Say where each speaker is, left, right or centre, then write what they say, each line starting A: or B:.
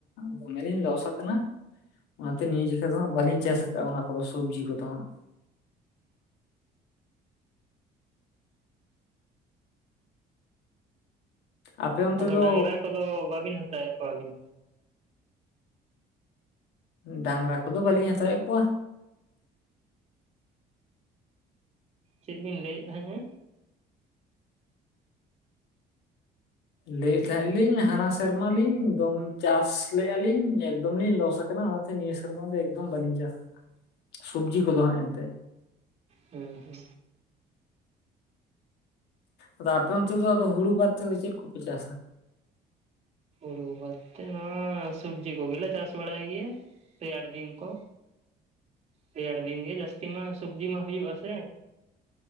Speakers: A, on the left; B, on the right.
A: ᱫᱚᱢᱮᱞᱤᱧ ᱞᱚᱥ ᱟᱠᱟᱱᱟ ᱚᱱᱟᱛᱮ ᱱᱤᱭᱟᱹ ᱡᱮᱠᱷᱟ ᱫᱚ ᱦᱟᱸᱜ ᱵᱟᱹᱞᱤᱧ ᱪᱟᱥ ᱟᱠᱟᱜᱼᱟ ᱚᱱᱟ ᱠᱚᱫᱚ ᱥᱚᱵᱽᱡᱤ ᱠᱚᱫᱚ ᱦᱟᱸᱜ ᱟᱯᱮ ᱚᱱᱛᱮ
B: ᱟᱫᱚ
A: ᱫᱚ
B: ᱰᱟᱝᱨᱟ ᱠᱚᱫᱚ ᱵᱟᱵᱤᱱ ᱦᱟᱛᱟᱣᱮᱫ ᱠᱚᱣᱟᱵᱤᱱ
A: ᱰᱟᱝᱨᱟ ᱠᱚᱫᱚ ᱵᱟᱹᱞᱤᱧ ᱦᱟᱛᱟᱣᱮᱫ ᱠᱚᱣᱟ
B: ᱪᱮᱫ ᱵᱤᱱ ᱞᱟᱹᱭᱮᱫ ᱛᱟᱦᱮᱸᱜᱼᱟ
A: ᱞᱟᱹᱭᱮᱫ ᱛᱟᱦᱮᱸᱜ ᱞᱤᱧ ᱦᱟᱱᱟ ᱥᱮᱨᱢᱟ ᱞᱤᱧ ᱫᱚᱢ ᱪᱟᱥ ᱞᱮᱜᱼᱟᱹᱞᱤᱧ ᱮᱠᱫᱚᱢ ᱞᱤᱧ ᱞᱚᱥ ᱟᱠᱟᱱᱟ ᱚᱱᱟᱛᱮ ᱱᱤᱭᱟᱹ ᱥᱮ ᱥᱮᱨᱢᱟ ᱫᱚ ᱮᱠᱫᱚᱢ ᱵᱟᱹᱞᱤᱧ ᱪᱟᱥᱟ ᱥᱚᱵᱽᱡᱤ ᱠᱚᱫᱚ ᱦᱟᱸᱜ ᱮᱱᱛᱮ
B: ᱦᱮᱸ ᱦᱮᱸ
A: ᱟᱫᱚ ᱟᱯᱮ ᱚᱱᱛᱮ ᱫᱚ ᱟᱫᱚ ᱦᱩᱲᱩ ᱵᱟᱫ ᱛᱮᱫᱚ ᱪᱮᱫ ᱠᱚᱯᱮ ᱪᱟᱥᱟ?
B: ᱦᱤᱡᱩ ᱵᱟᱫ ᱛᱮ ᱥᱚᱵᱡᱤ ᱠᱚᱜᱮᱞᱮ ᱪᱟᱥ ᱵᱟᱲᱟᱭ ᱜᱮ ᱨᱮᱭᱟᱨ ᱫᱤᱱ ᱠᱚ ᱨᱮᱭᱟᱲ ᱫᱤᱱ ᱜᱮ ᱡᱟᱹᱥᱛᱤ ᱢᱟ ᱥᱚᱵᱡᱤ ᱢᱟ ᱦᱩᱭᱩᱜ ᱟ ᱥᱮ᱾